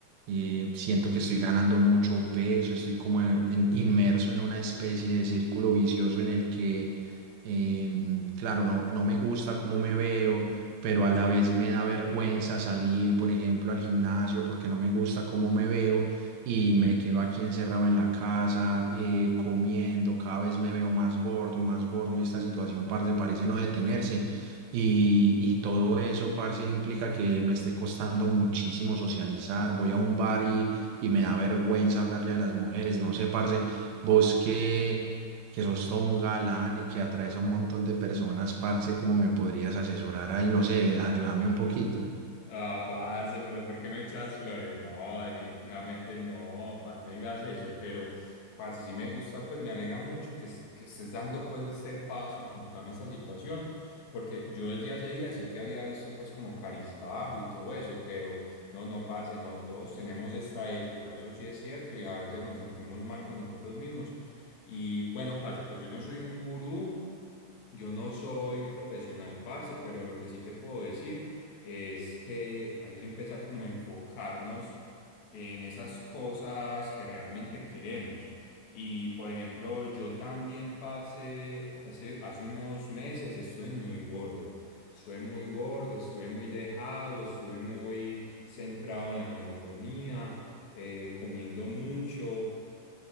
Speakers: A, on the right; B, on the left.
A: eh, siento que estoy ganando mucho peso, estoy como en- inmerso en una especie de círculo vicioso en el que, em, claro, no, no me gusta cómo me veo, pero a la vez me da vergüenza salir, por ejemplo, al gimnasio porque no me gusta cómo me veo y me quedo aquí encerrado en la casa, eh, comiendo, cada vez me veo más gordo y más gordo y esta situación, parce, parece no detenerse. Y, y todo eso, parce, implica que me esté costando muchísimo socializar. Voy a un bar y, y me da vergüenza hablarle a las mujeres. No sé, parce, vos que, que sos todo un galán y que atraes a un montón de personas, parce, ¿cómo me podrías asesorar ahí? No sé, ayúdame un poquito.
B: Ah, parce, pero ¿por qué me echas flores? No, definitivamente no, parce, no digas eso, pero parce, sí me gusta, pues me alegra mucho que, es- que estés dando pues este paso y contame esta situación, porque yo desde hace días sí te había visto pues como bajo y todo eso, pero no, no, parce, no, todos tenemos esta época, eso sí es cierto, y a veces nos sentimos mal con nosotros mismos. Y bueno, parce, pues yo no soy un gurú. Yo no soy un profesional, parce, pero lo que sí te puedo decir es que hay que empezar como a enfocarnos en esas cosas que realmente queremos. Y por ejemplo, yo también, parce, hace, hace unos meses estuve muy gordo. Estuve muy gordo, estuve muy dejado, estuve muy centrado en la monotonía, eh, comiendo mucho